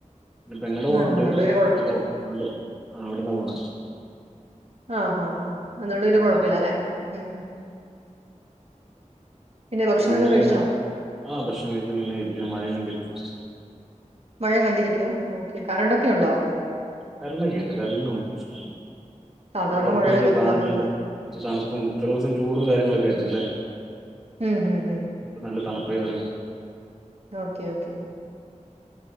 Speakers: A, in the centre; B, on the right.
A: പിന്നെ പെങ്ങടെ മോളുണ്ട്
B: ആഹ് അതുകൊണ്ട് പിന്നെ കുഴപ്പമില്ല
A: അവിള് അവിടെ ആ അവിട്ന്നാ പോണെ
B: ആഹ് ഹാ ഹാ അതുകണ്ട് പിന്നെ
A: ആഹ്
B: കൊഴപ്പില്ല അല്ലേ ഉം പിന്നെ ഭക്ഷണമൊക്കെ
A: മഴണ്ടില
B: കഴിച്ചോ
A: ആ ഭക്ഷണം കയിച്ച് ങ്ങനെയ ഇരിക്ക മഴയും കണ്ടിരിക്ക
B: മഴ കണ്ടിരിക്കുവ ഓക്കെ കറൻ്റെക്കെ ഉണ്ടോ
A: കരണ്ടൊക്കെ ഉണ്ട് കരണ്ട്നൊന്നും പ്രശ്നല്ല
B: സാധാരണ
A: പൊറത്ത്
B: മഴ
A: നല്ല
B: പെയ്തിട്ടുണ്ട്
A: കാറ്റ്ണ്ട്
B: അപ്പൊ
A: തണുപ്പും ത്രോസം ചൂടും കാര്യങ്ങളൊക്കെ ആയിരുന്നു അല്ലേ
B: ഉം ഉം ഉം
A: ഇപ്പം നല്ല തണു പെയ്തെറ
B: ഓക്കെ ഓക്കെ